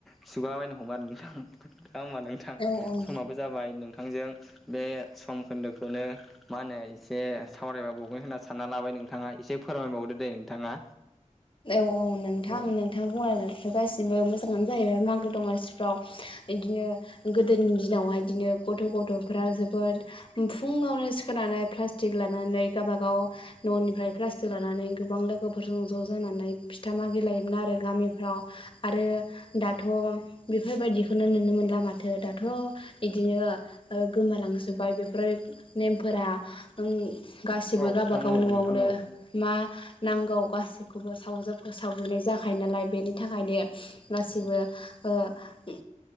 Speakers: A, in the centre; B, on the left (about 40°).
A: खिगुलाबायनो हमो आरो नोंथां। दा होमबा नोंथां
B: औ औ
A: समाबो जाबाय नोंथांजों बे सम खोन्दोखौनो मा होनो एसे सावरायबाबावगोन होनना सानना लाबाय नोंथाङा एसे फोरमायबावदो दे नोंथाङा।
B: औ औ नोंथां
A: औ
B: नों थां बुंनाय ल' गासिबो मोजाङानो जाहैबाय मागो दमासिफ्राव इदिनो गोदोनि दिनावहाय इदिनो गथ' गथ'फ्रा जोबोद फुङावनो सिखारनानै प्लास्टिक लानानै गाबागाव न'निफ्राय प्लासटिक लानानै गोबां लोगोफोर फोरजों ज' जानानै फिथा मागि लायोमोन आरो गामिफ्राव आरो दाथ' बेफोरबायदिखौनो नुनो मोनला माथो दाथ' इदिनो गोमालांजोबबाय बेफोरो नेमफोरा ओं गासिबो
A: औ
B: गाबागाव
A: नोंथां
B: न'आवनो
A: औ नोंथां औ
B: मा नांगौ गासि खौबो सावजोबखो सावजुबनाय जाखायो नालाय बेनि थाखायनो गासिबो ओ इ